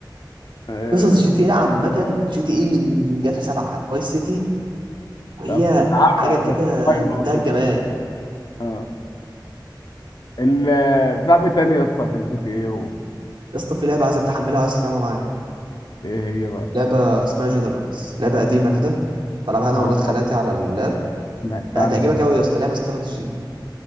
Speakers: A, on the left (about 60°); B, on the right (about 75°).
A: آه...
B: قصص جي تي إيه عامة جي تي إيه من من جاتا 7 فايس سيتي وهي
A: طب كنت بلعبها
B: حاجة كده
A: بس اونلاين
B: منتهى
A: برضه
B: الجمال
A: بقى. آه. ال... بتلعب ايه تاني يا اسطى غير جي تي ايه و...
B: يا اسطى في لعبة عايزك تحملها وعايز تلعبها معايا
A: ايه هي بقى
B: لعبة اسمها جنرالز لعبة قديمة كده بلعبها
A: اه
B: انا واولاد خالاتي على اللاب
A: سمعت
B: هتعجبك
A: عنها
B: قوي يا اسطى لعبه استراتيجي